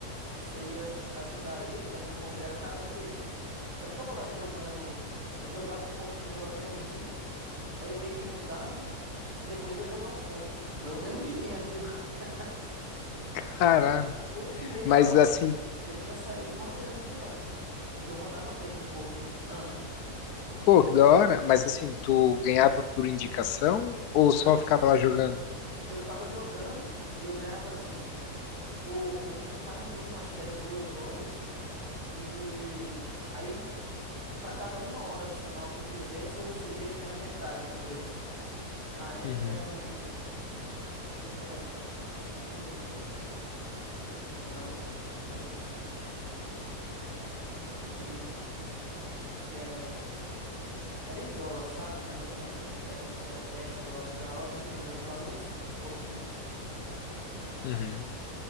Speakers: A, on the right; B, on the left.
A: que você ia ajudar eles a promover a casa deles. Aí eu ficava lá jogando, eu jogava um pouquinho do aviãozinho, aí eu via que não dava, e depois ia jogar um pôquer. Mas eu ganhei um dinheiro, viu? <laughs>
B: Caramba.
A: Se fosse real,
B: Mas assim,
A: eu tinha saído com a grana de lá, porque eu mandava bem no pôquer. Ah,
B: pô, que da hora. Mas assim, tu ganhava por indicação ou
A: não,
B: só ficava lá jogando?
A: eu ficava jogando e eu ganhava assim, por, eu tinha que ficar no mínimo, acho que era duas horas, e aí para cada uma hora adicional que eu fizesse, eu recebia acho que era metade do preço. Na época
B: Uhum,
A: era uns. Não sei se era quinze Não, acho que não era esse não. Ah, cara, Não lembro. Se era. Era em dólar, saca? Mas eu não lembro quanto que era, não. Se era 10 dólares a hora, não lembro. Era um valor assim. Ou quinze
B: uhum.